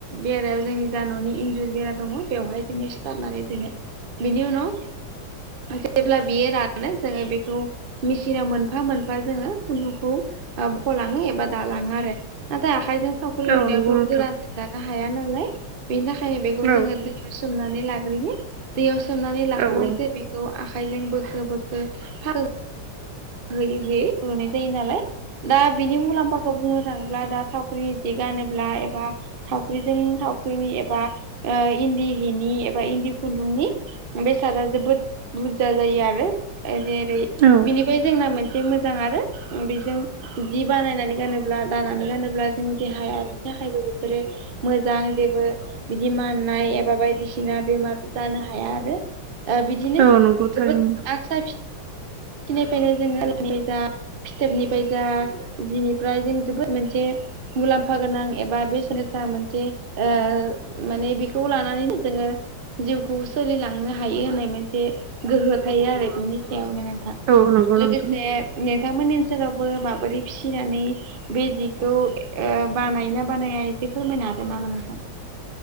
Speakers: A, on the right; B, on the right.
A: बेरायाव जोंनि जा न'नि इन्जुर बेरा दङ बेवहाय जोङो सिथारनानै दोनो बेनि उनाव जेब्ला बियो रानो जोङो बेखौ मेचिनाव मोनफा मोनफा जोङो खुन्दुंखौ बख'लाङो एबा दालाङो आरो नाथाय आखाइजों थावख्रि लुनायावथ'
B: औ नंगौ नोंथां
A: गोरा जों दानो हाया नालाय बेनि थाखायनो बेखौ
B: औ
A: जों दै सोमनानै लाग्रोयो दैयाव सोमनानै लाखांनायसै
B: औ औ
A: बेखौ आखाइजों बोखो बोखो फाल होयै होयै रुनाय जायो नालाय। दा बिनि मुलाम्फाखौ बुंनो थाङोब्ला दा थावख्रि जि गानोब्ला एबा थावख्रिजों थावख्रिनि एबा इन्दि हिनि एबा इन्दि खुन्दुंनि बेसादा जोबोद । बुरजा जायो आरो जेरै
B: औ
A: बिनि जोंना मोनसे मोजां आरो बेजों जि बानायनानै गानोब्ला दानानै गानोब्ला जोंनि देहाया बिनि थाखायबो बेफोरो मोजां जेबो बिदि माननाय एबा बायदिसिना बेमार जानो हाया आरो आ बिदिनो
B: औ नंगौ
A: जोबोद
B: थारैनो
A: आक्सा फि निफ्रायनो जोङो लानि जा फिथोबनिफ्राय जा जिनिफ्राय जों जोबोद मोनसे । मुलाम्फा गोनां एबा बेसेन गोसा मोनसे ओ माने बेखौ लानानैनो जोंङो जिउखौ सोलिलांनो हायो होननाय मोनसे गोहो थायो आरो बेनि सायावनो। नोंथां
B: औ नंगौ
A: लोगोसे
B: नोंथां
A: नोंथांमोननि ओनसोलावबो माबोरै फिसिनानै बे जिखौ ओ बानायो ना बानाया एसे फोरमायना हागोन नामा नोंथां?